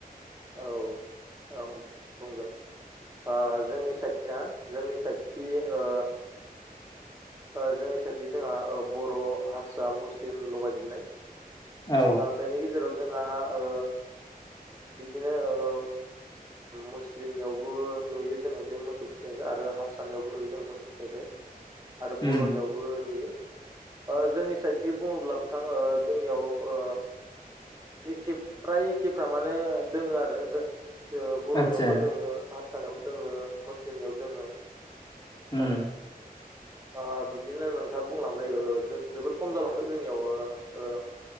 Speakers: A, on the right; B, on the left.
A: औ आं बुंगोन आ जोंनि साइडखि ना जोंनि साइडखि ओ ओ जोंनि साइडखि जोंहा ओ बर' हारसा मुस्लिम लगायजोबनाय।
B: औ
A: बेनि गेजेराव जोंहा ओ बिदिनो औ
B: <inaudible>
A: मुस्लिमनियावबो नुयो जोङो बे मोसौ फिसिनायखौ आरो हारसानियावबो नुयो जों मोसौ फिसिनायखौ। आरो
B: उम
A: बर'नियावबो नुयो ओ जोंनि साइडखि बुङोब्ला नोंथां ओ जोंनियाव ओ एखे फ्राय एखेफ्रामानो दङ आरो ओ बर'नियावबो
B: आतसा
A: दोङो हारसानायावबो दोङो मुस्लिमनियाव दोङो।
B: उम
A: आरो ओ बिदिनो नोंथाङा बुंलांबाय ओ जोबोर खम जालांदों जोंनियाव ओ ओ